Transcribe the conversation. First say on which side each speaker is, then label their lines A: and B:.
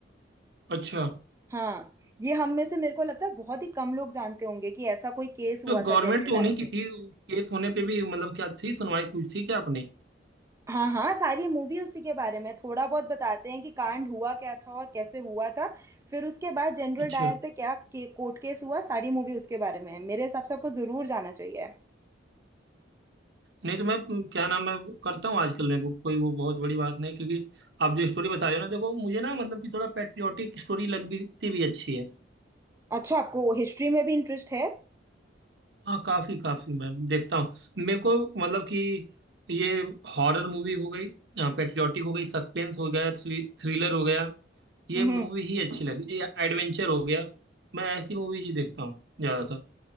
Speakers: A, on the right (about 65°); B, on the right (about 15°).
A: अच्छा
B: हाँ ये हम में से मेरे को लगता है बहुत ही कम लोग जानते होंगे कि ऐसा कोई केस हुआ
A: तो गवर्नमेंट
B: था जनरल
A: तो
B: डायर
A: उन्हीं की
B: पे
A: थी केस होने पे भी मतलब क्या थी सुनवाई कुछ थी क्या अपनी
B: हाँ हाँ सारी मूवी उसी के बारे में थोड़ा बहुत बताते हैं कि कांड हुआ क्या था और कैसे हुआ था फिर उसके बाद जनरल
A: अच्छा
B: डायर पे क्या के, कोर्ट केस हुआ सारी मूवी उसके बारे में है मेरे हिसाब से आपको जरूर जाना चाहिए
A: नहीं तो मैं म, क्या नाम है करता हूँ आजकल मैं वो कोई वो बहुत बड़ी बात नहीं क्योंकि आप जो स्टोरी बता रहे हो ना देखो मुझे ना मतलब कि थोड़ा पैट्रियोटिक स्टोरी लगती भी अच्छी है
B: अच्छा आपको हिस्ट्री में भी इंटरेस्ट है
A: हाँ काफी काफी मैं देखता हूँ मेरे को मतलब कि ये हॉरर मूवी हो गई पेट्रियोटिक हो गई सस्पेंस हो गया थ्रिलर हो गया ये
B: हम्म
A: मूवी ही अच्छी लगी एडवेंचर हो गया मैं ऐसी मूवी ही देखता हूँ ज्यादातर